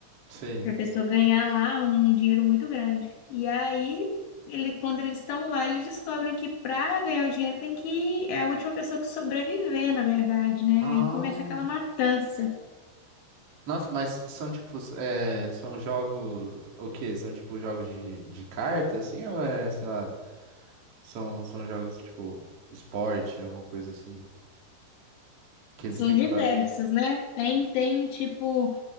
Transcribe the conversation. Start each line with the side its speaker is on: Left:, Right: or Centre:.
Right: sei.
Left: Para a pessoa ganhar lá um dinheiro muito grande. E aí, ele, quando eles estão lá, eles descobrem que para ganhar o dinheiro tem que. É a última pessoa que sobreviver, na verdade, né?
Right: Ah,
Left: Aí começa aquela matança.
Right: nossa, mas são tipo, é, são jogos, o quê? São tipo jogos de, de carta, assim, ou é, sei lá, são, são jogos tipo esporte, alguma coisa assim, que eles
Left: São
Right: têm
Left: diversas,
Right: que fazer?
Left: né? Tem, tem tipo.